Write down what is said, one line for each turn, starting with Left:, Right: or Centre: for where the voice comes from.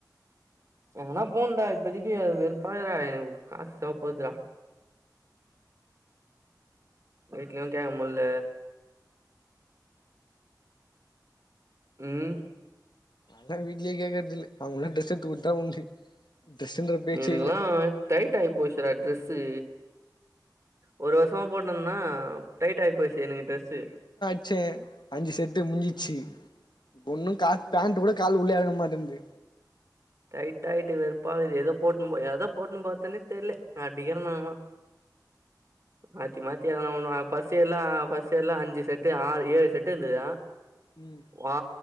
Right: எங்கனா போனுடா இப்பதைக்கு வெறுப்பா இருக்குடா எனக்கு காசு தேவ படுதுடா வீட்லயு கேக்க முல்ல ம்
Left: நா வீட்லயே கேக்கறது இல்ல அவங்களா ட்ரெஸ் எடுத்து குடுத்தா தா உண்டு ட்ரெஸுங்குற பேச்சே
Right: எனக்கெல்லா
Left: இல்ல
Right: டைட் ஆகி போச்சுடா ட்ரெஸ்ஸு ஒரு வருஷமா போட்னு இருந்தேனா டைட் ஆகி போச்சு எனக்கு டிரரெஸ்ஸு
Left: ச்சே அஞ்சு செட்டு முடிஞ்சிடுச்சு ஒன்னு கா பேண்ட் கூட காலுள்ள எறங்கமாட்டேன்து
Right: டைட் ஆயிட்டு வெறுப்பா இது எதோ போட்னு எத போட்டுன்னு போறதுனே தெர்ல அப்டிகிறே நா மாத்தி மாத்தி எதனா ஒன்னு ஃபஸ்டு எல்லா அஞ்சு செட்டு ஆறு ஏழு செட்டு இருந்தது
Left: ம்
Right: ஆ